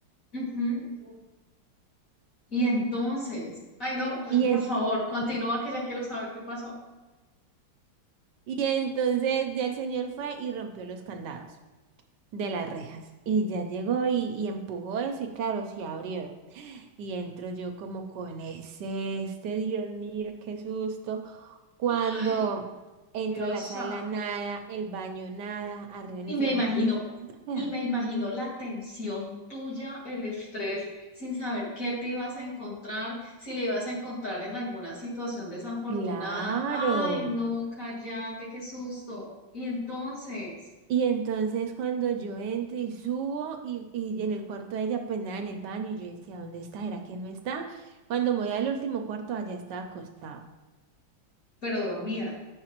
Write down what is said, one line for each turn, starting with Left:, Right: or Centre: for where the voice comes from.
Left: Ujú. Y entonces, ay no,
Right: Y
Left: por
Right: en-
Left: favor, continúa que ya quiero saber qué pasó.
Right: Y entonces ya el señor fue y rompió los candados de las rejas. Y ya llegó y, y empujó eso y claro, sí abrieron. Y entro yo como con ese, este, Dios mío, qué susto. Cuando
Left: Ay,
Right: entro
Left: Dios
Right: a la sala,
Left: santo.
Right: nada, el baño, nada, arriba en
Left: Y
Right: el
Left: me
Right: segundo
Left: imagino,
Right: piso, nada.
Left: y me imagino la tensión tuya, el estrés, sin saber qué te ibas a encontrar, si le ibas a encontrar en alguna situación desafortunada.
Right: Claro.
Left: Ay, no, cállate, qué susto. Y entonces,
Right: Y entonces cuando yo entro y subo y, y en el cuarto de ella, pues nada, en el baño, y yo decía, ¿dónde está? ¿Era que no está? Cuando me voy al último cuarto, allá estaba acostada.
Left: pero dormida.